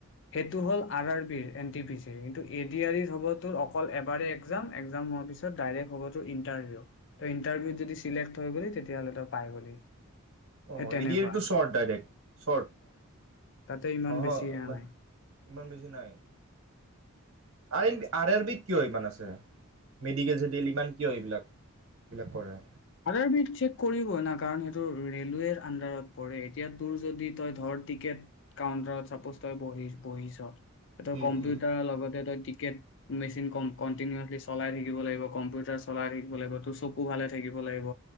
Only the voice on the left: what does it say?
সেইটো হ'ল আৰ আৰ বিৰ এন টি পি চি কিন্তু এডি আৰ ইৰ হব অকল এবাৰ এক্সাম, এক্সাম হোৱাৰ পিছত ডাইৰেক্ট হব তোৰ ইটাৰভিউ, তই ইটাৰভিউত যদি চিলেক্ট হৈ গলি তেতিয়াহলে তই পাই গলি
সেই তেনেকুৱা
তাতে ইমান
বেছি এয়া
নাই
আৰ আৰ বিত চেক কৰিব না কাৰণ সেইটো ৰেলৱেৰ আন্দাৰত পৰে এতিয়া তোৰ যদি তই ধৰ টিকেট কাউন্টাৰত চাপ'ছ তই বহিছ এইটো
কম্পিউটাৰৰ
লগতে তই মেচিন কনটিনিউচলি চলাই থাকিব লাগিব কম্পিউটাৰ চলাই থাকিব লাগিব তোৰ চকু ভালে থাকিব লাগিব